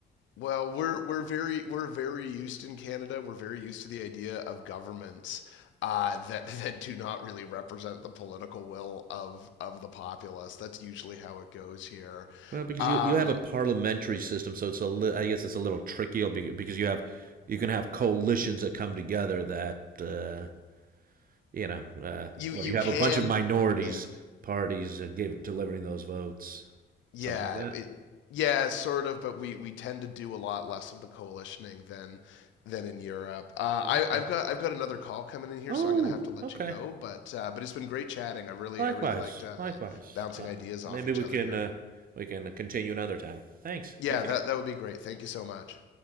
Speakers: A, on the left; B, on the right.
A: Well, we're we're very we're very used in Canada. We're very used to the idea of governments uh, that <laughs> that do not really represent the political will of of the populace. That's usually how it goes here.
B: Well, because
A: Um,
B: you, you have a parliamentary system, so it's a li- I guess it's a little tricky because you have you can have coalitions that come together that uh, you know uh,
A: you
B: where
A: you
B: you have
A: can
B: a bunch of minorities
A: yeah
B: parties uh, give, delivering those votes,
A: yeah
B: something like that.
A: it yeah sort of, but we we tend to do a lot less of the coalitioning than than in Europe. Uh,
B: Okay.
A: I I've got I've got another call coming in here,
B: Oh,
A: so I'm gonna have to let
B: okay.
A: you go. But uh, but it's been great chatting. I really
B: Likewise,
A: I really liked uh,
B: likewise.
A: bouncing
B: Uh,
A: ideas
B: maybe
A: off each
B: we
A: other
B: can
A: here.
B: uh, we can continue another time. Thanks.
A: Yeah,
B: Take care.
A: that that would be great. Thank you so much.